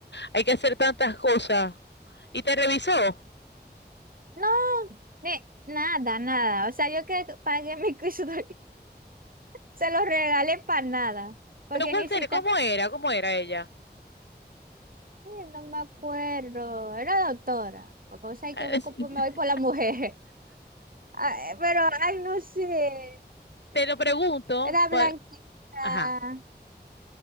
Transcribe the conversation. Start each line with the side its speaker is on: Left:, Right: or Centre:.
Left: hay que hacer tantas cosas. Y te revisó.
Right: No, ni, nada, nada, o sea, yo que pagué mi <laughs> cursito, se lo regalé para nada. Porque
Left: Pero ¿cuál
Right: ni siquiera,
Left: era? ¿Cómo era? ¿Cómo era ella?
Right: Sí, No me acuerdo, era doctora, porque vos sabés
Left: <laughs>
Right: que busco, por- me voy por la mujer. <laughs> Ah, eh, pero, ay, no sé,
Left: Te lo pregunto,
Right: era
Left: por-
Right: blanquita.
Left: ajá,